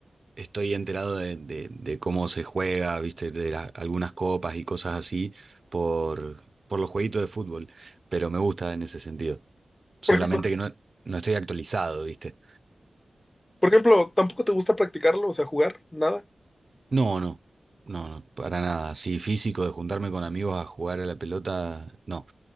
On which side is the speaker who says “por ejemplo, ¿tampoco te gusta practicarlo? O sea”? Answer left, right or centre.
Left